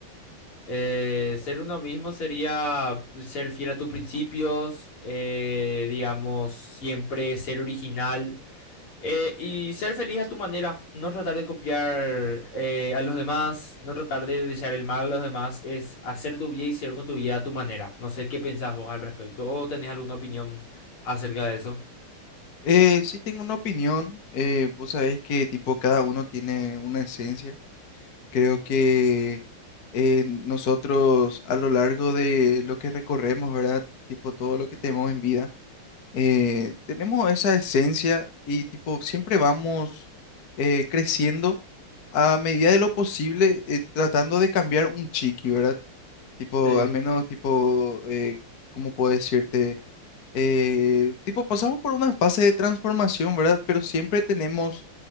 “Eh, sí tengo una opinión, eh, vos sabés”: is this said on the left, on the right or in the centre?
Left